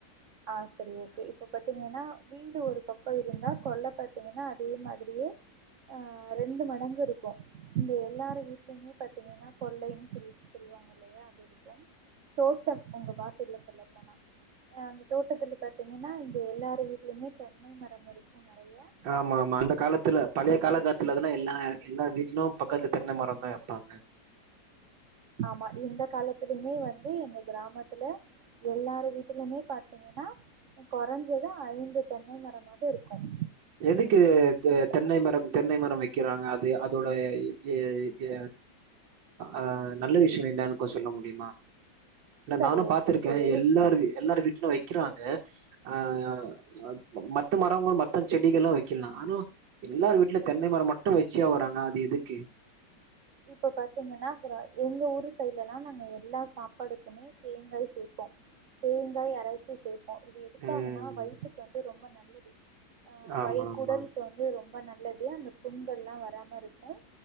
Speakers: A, on the right (about 70°); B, on the right (about 90°).
A: ஆ சரி ஓகே இப்ப பாத்தீங்கன்னா வீடு ஒரு பக்கம் இருந்தா கொள்ள பாத்தீங்கன்னா அதே மாதிரியே ஆ ரெண்டு மடங்கு இருக்கும் இங்க எல்லார வீட்லயுமே பாத்தீங்கன்னா கொள்ளை சொல்லிட்டு சொல்லுவாங்க இல்லையா அது இருக்கும் தோட்டம் உங்க பாஷையில சொல்ல போன ஆ தோட்டத்தில பாத்தீங்கன்னா இங்க எல்லாரு வீட்லயுமே தென்னை மரம் இருக்கும் நறையா
B: ஆமா ஆமா அந்த காலத்துல பழைய காலகத்துல இதுல்லா எல்லா எல்லா வீட்லயும் பக்கத்துல தென்ன மரந்தான் வைப்பாங்க
A: ஆமா இந்த காலத்துலயுமே வந்து எங்க கிராமத்துல எல்லாரு வீட்டலுமே பாத்தீங்கன்னா கொறஞ்சது ஐந்து தென்னை மரமாவது இருக்கும்
B: எதுக்கு தெ தென்னை மரம் தென்னை மரம் வைக் கிறாங்க அது அதோட ஏ ஏ ஆ நல்ல விஷியம் என்னான் கொஞ்சம் சொல்ல முடியுமா இல்ல
A: சரி
B: நானும்
A: ஓகே
B: பாத்துருக்கேன்
A: இப்போ எது
B: எல்லாரு வீ எல்லாரு வீட்லயும் வக்கிறாங்க ஆ ஆ மத்த மரங்கள் மத் த செடிகள்லா வக்கலாம் ஆனா எல்லாரு வீட்ல தென்னை மரம் மட்டும் வச்சியா வராங்க அது எதுக்கு
A: இப்போ பாத்தீங்கன்னா அப்புறம் எங்க ஊர் சைட்லலா நாங்க எல்லா சாப்பாடுக்குமே தேங்காய் சேப்போம் தேங்காய் அரைச்சி சேப் போ இது எதுகாகன்னா
B: ம்.
A: வயித்துக்கு வந்து ரொம்ப நல்லது ஆ
B: ஆமா,
A: வயிறு
B: ஆமா.
A: குடலுக்கு வந் து ரொம்ப நல்லது அந்த புண்கள்லா வராம இருக்கும்